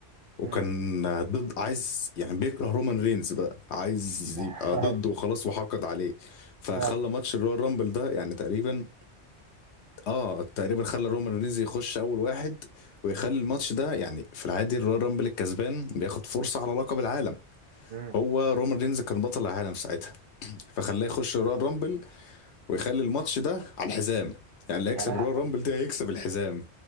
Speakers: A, on the left; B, on the right.
A: وكان
B: امم
A: ضد عايز يعني بيكره رومان رينز بقى عايز
B: <laughs>
A: يبقى ضده وخلاص وحقد عليه فخلى
B: أيوة.
A: ماتش الرويال رامبل ده يعني تقريبا اه تقريبا خلى رومان رينز يخش اول واحد ويخلي الماتش ده يعني في العادي الرويال رامبل الكسبان بياخد فرصة على لقب العالم
B: امم
A: هو رومان رينز كان بطل العالم ساعتها فخلاه يخش الرويال رامبل ويخلي الماتش ده على الحزام يعني اللي هيكسب
B: يا لهوي
A: الرويال رامبل ده هيكسب الحزام